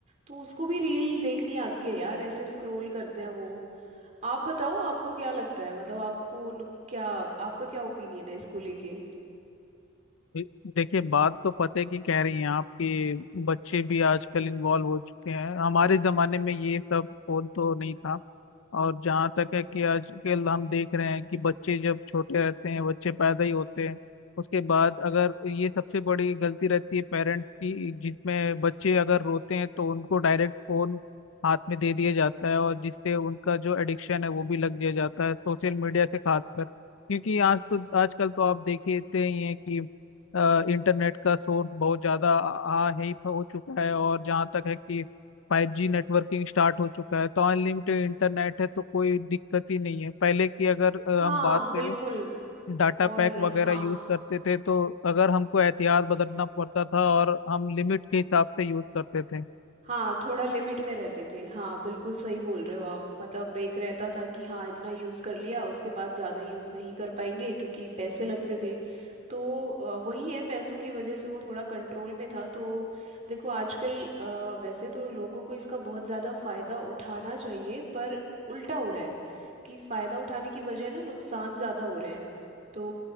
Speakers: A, on the right; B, on the left.
A: तो उसको भी रील देखनी आती है यार ऐसे स्क्रॉल करते हैं वो आप बताओ आपको क्या लगता है मतलब आपको नु- क्या आपका क्या ओपिनियन है इसको लेके
B: दे- देखिए बात तो पते की कह रही हैं आप कि बच्चे भी आजकल इन्वॉल्व हो चुके हैं हमारे ज़माने में ये सब फोन तो नहीं था और जहाँ तक है कि आजकल हम देख रहे हैं कि बच्चे जब छोटे रहते हैं बच्चे पैदा ही होते हैं उसके बाद अगर ये सबसे बड़ी गलती रहती है पेरेंट्स की जिसमें बच्चे अगर रोते हैं तो उनको डायरेक्ट फोन हाथ में दे दिया जाता है और जिससे उनका जो एडिक्शन है वो भी लग दिया जाता है सोशल मीडिया से खासकर क्योंकि आज तो आजकल तो आप देखते ही हैं कि अ, इंटरनेट का सोर्स बहुत ज़्यादा आ आ- है ही हो चुका है और जहाँ तक है कि फाइव जी नेटवर्किंग स्टार्ट हो चुका है तो अनलिमिटेड इंटरनेट है तो कोई दिक्कत ही नहीं है पहले की अगर अ,
A: हाँ
B: हम बात
A: बिल्कुल
B: करें डाटा
A: और
B: पैक वगैरह
A: हाँ
B: यूज करते थे तो अगर हमको एहतियात बदलना पड़ता था और हम लिमिट के हिसाब से यूज करते थे
A: हाँ थोड़ा लिमिट में रहते थे हाँ बिल्कुल सही बोल रहे हो आप मतलब एक रहता था कि हाँ इतना यूज़ कर लिया उसके बाद ज़्यादा यूज़ नहीं कर पाएंगे क्योंकि पैसे लगते थे तो अ, वही है पैसों की वजह से वो थोड़ा कंट्रोल में था तो देखो आजकल अ, वैसे तो लोगों को इसका बहुत ज़्यादा फ़ायदा उठाना चाहिए पर उल्टा हो रहा है कि फ़ायदा उठाने की बजाय ना नुकसान ज़्यादा हो रहे हैं तो